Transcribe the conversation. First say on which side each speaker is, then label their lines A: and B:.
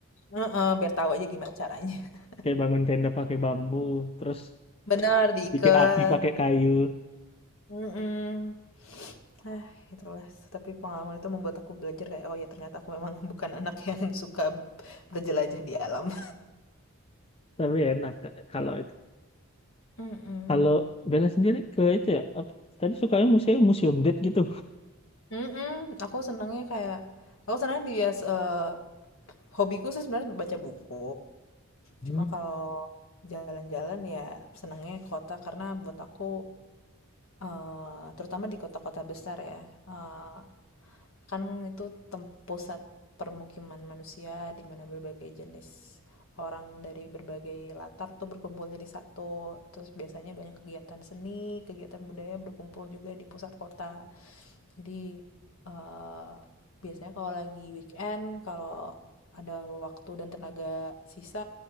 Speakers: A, on the left (about 70°); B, on the left (about 25°).
A: Heeh, biar tahu aja gimana caranya. <laughs>
B: Kayak bangun tenda pakai bambu, terus
A: benar diikat.
B: bikin api pakai kayu.
A: Mhm. Ah, itulah, tapi pengalaman itu membuat aku belajar kayak, "Oh ya ternyata aku memang bukan anak yang <laughs> suka berjelajah di alam."
B: Tapi enak kalau
A: Mhm.
B: Kalau Bella sendiri ke itu ya, apa, tadi sukanya museum museum date gitu.
A: Mhm, aku senangnya kayak aku senang di as eh, hobiku sih sebenarnya baca buku.
B: Hmm.
A: Cuma kalau jalan-jalan ya senangnya kota karena buat aku, eee, terutama di kota-kota besar ya, eh, kan itu tem- pusat permukiman manusia di mana berbagai jenis orang dari berbagai latar tuh berkumpul jadi satu. Terus biasanya banyak kegiatan seni, kegiatan budaya berkumpul juga di pusat kota. Jadi eh, biasanya kalau lagi weekend, kalau ada waktu dan tenaga sisa,